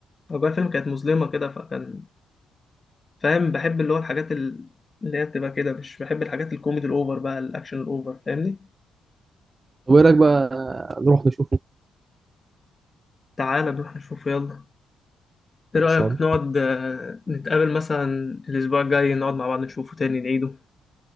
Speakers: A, on the left (about 30°); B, on the right (about 30°).
A: اجواء الفيلم كانت مظلمه كده فكان فاهم بحب اللي هو الحاجات ال- اللي هي بتبقى كده مش بحب الحاجات الكوميدي الاوفر بقى الاكشن الاوفر فاهمني
B: طب إيه رأيك بقى نروح نشوفه
A: تعالى نروح نشوفه يلا
B: خلصان
A: ايه رايك نقعد آه، نتقابل مثلا الاسبوع الجاي نقعد مع بعض نشوفه تاني نعيده